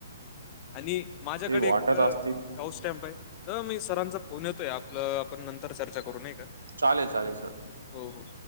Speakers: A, on the left; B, on the right.
A: आणि माझ्याकडे
B: ते वाटत
A: एक
B: असतील.
A: काऊस्टॅम्प आहे तर मी सरांचा फोन येतोय आपलं आपण नंतर चर्चा करू नाही का
B: चालेल चालेल सर
A: हो हो